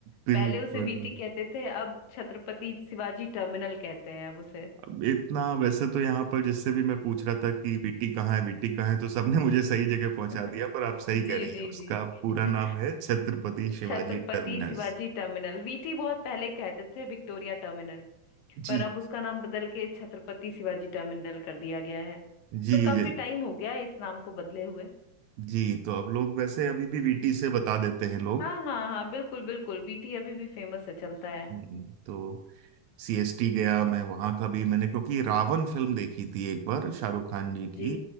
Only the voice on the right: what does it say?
बिल्कुल
अब इतना वैसे तो यहाँ पर जिससे भी मैं पूछ रहा था कि वीटी कहाँ है वीटी कहाँ है तो सबने <laughs> मुझे सही जगह पहुंचा
दिया पर आप सही
कह रही
है उसका
पूरा नाम है छत्रपति
शिवाजी
टर्मिनस
जी
जी
जी
जी तो अब लोग वैसे अभी भी वीटी से बता देते हैं लोग
हम्म, तो सीएसटी गया मैं वहां का भी मैंने क्योंकि रावण फिल्म देखी थी एक बार शाहरुख खान जी की